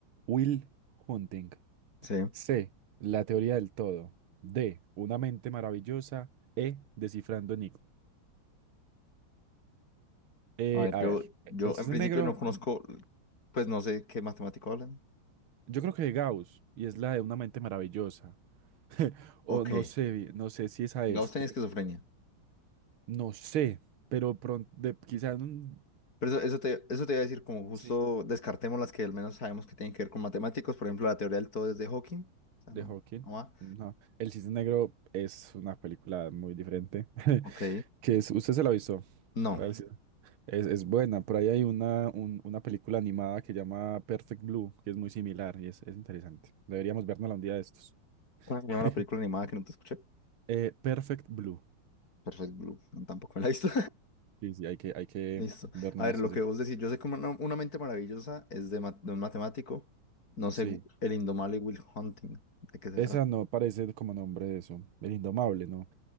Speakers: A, on the right; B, on the left.
A: Will Hunting.
B: sí.
A: C. La teoría del todo. D. Una mente maravillosa. E. Descifrando Nick. Eh,
B: A ver,
A: a
B: yo,
A: ver,
B: yo
A: el cisne
B: en principio
A: negro,
B: no conozco,
A: no.
B: pues no sé qué matemático hablan.
A: Yo creo que de Gauss, y es la de una mente maravillosa.
B: Ok,
A: O no sé, no sé si esa
B: Gauss
A: es,
B: tenía
A: pero
B: esquizofrenia.
A: no sé. Pero pronto, quizás un...
B: Pero eso, eso te, eso te iba a decir, como justo
A: Sí.
B: descartemos las que al menos sabemos que tienen que ver con matemáticos, por ejemplo, la teoría del todo es de Hawking. O sea,
A: De
B: no,
A: Hawking.
B: no va.
A: No. El cisne negro es una película muy diferente. <laughs>
B: Ok,
A: Que es, ¿usted se la avisó?
B: no.
A: Gracias. Es, es buena. Por ahí hay una, un- una película animada que llama Perfect Blue, que es muy similar y es, es interesante. Deberíamos vernosla un día de estos.
B: ¿Cómo se llama
A: <laughs>
B: la película animada que no te escuché?
A: Eh, Perfect Blue.
B: Perfect Blue, no, tampoco me la he visto.
A: Sí, sí, hay que, hay que
B: Listo.
A: vernosla
B: A ver,
A: estos
B: lo que
A: días.
B: vos decís, yo sé que una, una mente maravillosa es de, ma- de un matemático, no
A: Sí.
B: sé, el indomable Will Hunting, ¿de qué se
A: Esa
B: trata?
A: no parece como nombre de eso. El Indomable, ¿no?